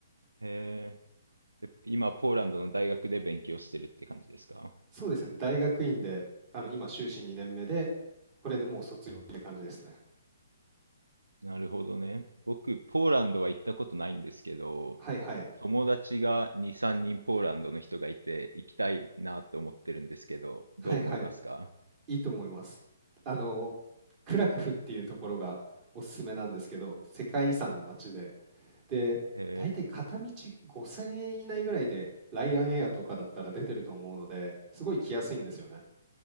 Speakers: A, on the right (about 80°); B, on the right (about 30°).
A: へえ。で、今、ポーランドの大学で勉強してるって感じですか
B: そうですね、大学院で、あの、今、修士2年目で、これでもう卒業って感じですね。
A: なるほどね。僕、ポーランドは行ったことないんですけど、
B: はいはい。
A: 友達が2、3人ポーランドの人がいて、行きたいなって思ってるんですけど、どう思いますか
B: はいはい。いいと思います。あの、クラクフっていうところがおすすめなんですけど、世界遺産の街で、で、
A: へ
B: 大体片道5000円以内ぐらいで、ライアンエアとかだったら出てると思うので、すごい来やすいんですよね。